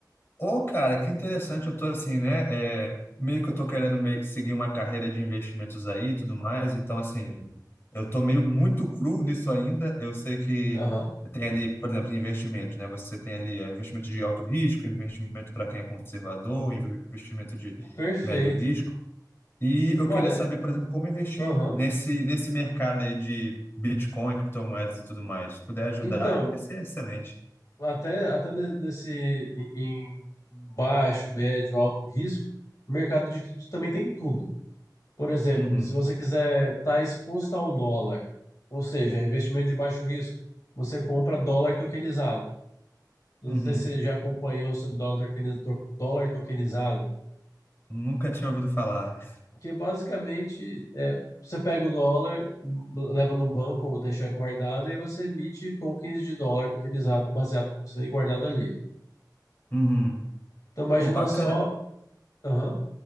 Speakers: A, on the left; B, on the left.
A: Ô, cara, que interessante. Eu tô assim, né? é, meio que eu tô querendo meio que seguir uma carreira de investimentos aí e tudo mais. Então, assim, eu tô meio muito cru nisso ainda. Eu sei que
B: Aham.
A: tem ali, por exemplo, investimento, né? Você tem ali é, investimento de alto risco, investimento para quem é conservador, inve- investimento de
B: Perfeito.
A: médio risco. E eu
B: Olha,
A: queria saber, por exemplo, como investir
B: aham.
A: nesse, nesse mercado aí de Bitcoin, criptomoedas e tudo mais. Se puder ajudar,
B: Então,
A: vai ser excelente.
B: até, até ne- nesse em em baixo, médio, alto risco, o mercado de cripto também tem tudo. Por exemplo,
A: Uhum,
B: se você quiser estar exposto ao dólar, ou seja, investimento de baixo risco, você compra dólar tokenizado. Não
A: uhum.
B: sei se você já acompanhou sobre dólar tokeniz- to- dólar tokenizado,
A: Nunca tinha ouvido falar.
B: que basicamente é, você pega o dólar, m- leva num banco ou deixa guardado e você emite tokens de dólar tokenizado baseado no que você tem guardado ali.
A: Uhum.
B: Então imagina
A: Ô, bacana.
B: só, aham,